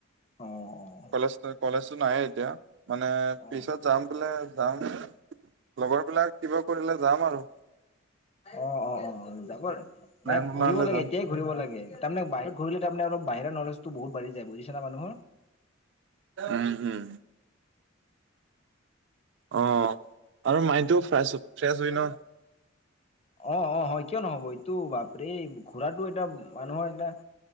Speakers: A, on the left (about 30°); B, on the right (about 55°).
A: অ',
B: কলেজ কলেজটো নাই এতিয়া। মানে
A: অ',
B: পিছত
A: অ'।
B: যাম কলে যাম। লগৰ বিলাক কিবা কৰিলে যাম আৰু।
A: অ', অ', অ' যাব
B: প্লেন
A: নাই
B: বনালে
A: ঘূৰিব লাগে
B: যাম।
A: এতিয়া- ঘূৰিব লাগে। তাৰামানে বাহিৰত ঘূৰি তাৰমানে বাহিৰৰ নলেজটো বহুত বাঢ়ি যায় বুজিছানে মানুহৰ।
B: উম, হুম। অ', আৰু মাইণ্ডটো ফ্ৰেছ ফ্ৰেছ হয় ন।
A: অ', অ', হয় কিয় নহ'ব। এইটো বাপৰে ঘোৰাটো এটা মানুহৰ এটা-